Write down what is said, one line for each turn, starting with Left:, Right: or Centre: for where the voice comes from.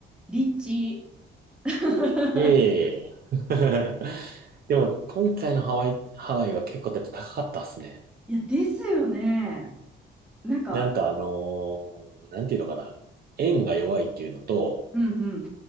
Centre: リッチ。<laughs>
Right: いやいやいやいや。<laughs> でも、今回のハワイ、ハワイは結構やっぱ高かったっすね。
Centre: いや、ですよね。なんか、
Right: なんかあのーなんていうのかな。円が弱いっていうのと、
Centre: うんうん。